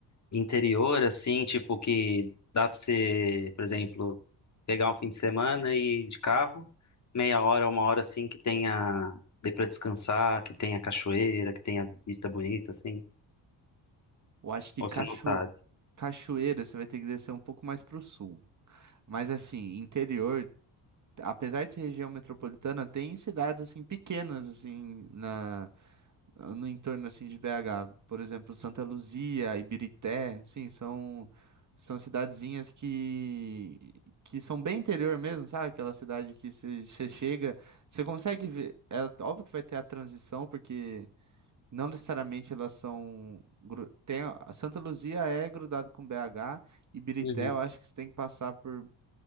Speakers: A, on the left; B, on the right.
A: interior, assim, tipo, que dá pra você, por exemplo, pegar um fim de semana e ir de carro, meia hora, uma hora, assim, que tenha, dê pra descansar, que tenha cachoeira, que tenha vista bonita, assim,
B: Eu acho que
A: ou
B: cacho...
A: você não sabe.
B: Cachoeira, você vai ter que descer um pouco mais para o sul. Mas assim, interior, apesar de ser região metropolitana, tem cidades assim pequenas assim na no entorno assim de BH, por exemplo, Santa Luzia, Ibirité, sim, são são cidadezinhas que que são bem interior mesmo, sabe? Aquela cidade que você você chega, você consegue ver, é óbvio que vai ter a transição porque não necessariamente elas são. gru- Tem... A Santa Luzia é grudado com BH e Birité,
A: Uhum,
B: eu acho que você tem que passar por